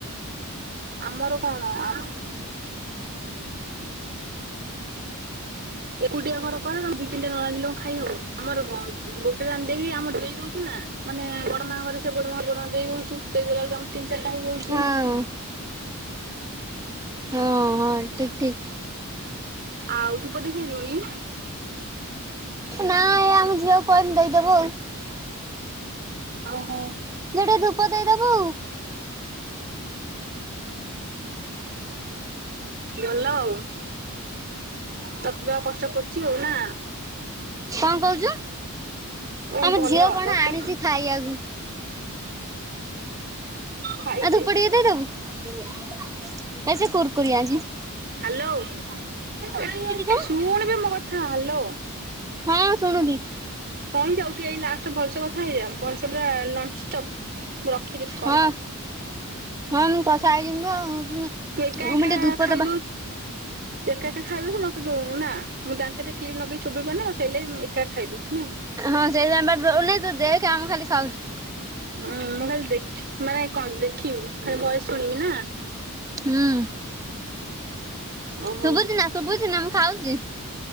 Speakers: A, on the right (about 45°); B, on the right (about 15°).
A: ଆମର କଣ <unintelligible> ଏକୁଟିଆ ଘର କଣ ଦି ତିନିଟା ନ ରାନ୍ଧିଲେ କଣ ଖାଇ ହବ, ଆମର କଣ ଗୋଟେ ରାନ୍ଧିକି ଆମର ଦେଇ ଦଉଚୁ ନା। ମାନେ ବଡମା ଘରେ ସେ ବଡମା ବଡମା ଦେଇ ଦଉଚୁ, ଦେଇଦେଲା ବେଳକୁ ଆମ ତିନି ଚାରିଟା ହେଇଯାଉଚି।
B: ହଁ ହଁ ହଁ ଠିକ୍ ଠିକ୍।
A: ଆଉ ଧୂପ ଦେଇସାଇଲୁଣି?
B: ନା ଏ ଆମ ଝିଅକୁ କହିଲେ ଦେଇଦବ ଆଉ।
A: ଓ ହୋ।
B: ଝିଅ ଟିକେ ଧୂପ ଦେଇଦବୁ?
A: ଭଲ ଆଉ, ତତେ ଦବାକୁ କଷ୍ ଷ୍ଟ ପଡୁଛି ଆଉ ନା।
B: କଣ କହୁଛୁ?
A: ଓ
B: ଆମ
A: ଭଲ
B: ଝିଅ କଣ
A: ତତେ
B: ଆଣିଛି ଖାଇବାକୁ
A: ଖାଇଦେ।
B: ଆଉ ଧୂପ ଟିକେ ଦେଇଦବୁ, ଏ ସେ କୁୁରକୁରି ଆଣିଚି।
A: ହାଲୋ ହେ
B: କଣ
A: ଶୁଣବେ ମୋ କଥା ହାଲୋ।
B: ହଁ ଶୁଣୁଛିି।
A: ହଁ ଯାଉ ଟିକେ ଏଇ ଲାଷ୍ଟ ଭଲସେ କଥା ହେଇଯା, ଭଲସେ ପୁରା ନନ ଷ୍ଟପ ମୁଁ ରଖିବି କଲ୍।
B: ହଁ ହଁ- ମୁଁ କଥା ହେଇଯିମି ତ ଆଉ, ଉଁ-
A: ତୁ ଏକା
B: ମୁଁ
A: ଏକା
B: ଟିକେ ଧୂପ
A: ଖାଇଦଉ
B: ଦବା
A: ତୁ ଏକା ଏକା ଖାଇଦଉଚୁ, ମତେ ଦଉନୁ ନା। ମୁଁ ଦାନ୍ତରେ କ୍ଲିପ୍ ଲଗେଇ ଚୋବେଇ ପାରୁନି ନା, ସେଇ ଲାଗି ଉଁ ଏକା ଖାଇଦେଇଛୁ ନାଇଁ।
B: ହଁ ସେଇଥିପାଇଁ ବା ଦଉନି, ତୁ ଦେଖ ଆମେ ଖାଲି ଖାଉଚୁ।
A: ହୁଁ- ମୁଁ ଖାଲି ଦେଖ ମାନେ କଣ ଦେଖିମି, ଖାଲି ଭଏସ ଶୁଣିବି ନା।
B: ହୁଁ।
A: ଓ ହୋ
B: ଶୁଭୁଛି ନା ଶୁଭୁଛି ନା ମୁଁ ଖାଉଛି